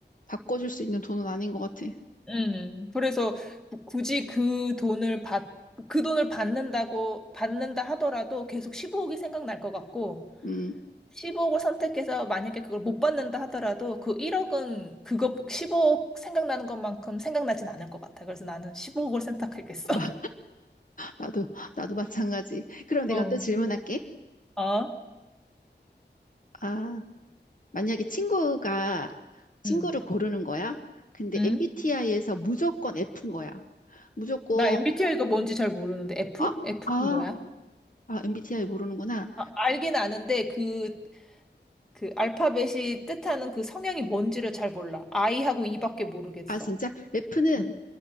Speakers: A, on the left; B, in the centre.
A: 바꿔줄 수 있는 돈은 아닌 것 같아.
B: 응. 그래서 구- 굳이 그 돈을 받, 그 돈을 받는다고, 받는다 하더라도 계속 15억이 생각날 것 같고,
A: 음,
B: 1 5억을 선택해서 만약에 그걸 못 받는다 하더라도 그 1억은 그거 1 5억 생각나는 것만큼 생각나진 않을 것 같아. 그래서 나는 1 5억을 선택하겠어.
A: <laughs>
B: <laughs>
A: 마- 나도, 나도 마찬가지. 그럼
B: 어.
A: 내가 또 질문할게.
B: 어?
A: 아. 만약에 친구가 친구를
B: 음.
A: 고르는 거야? 근데
B: 음.
A: MBTI에서 무조건 F인 거야. 무조건
B: 나 MBTI가 뭔지 잘 모르는데 F?
A: 아,
B: F는
A: 아,
B: 뭐야?
A: 아, MBTI 모르는구나.
B: 아, 알긴 아는데 그, 그 알파벳이 뜻하는 그 성향이 뭔지를 잘 몰라. I하고 E밖에 모르겠어.
A: 아, 진짜 F는
B: 음,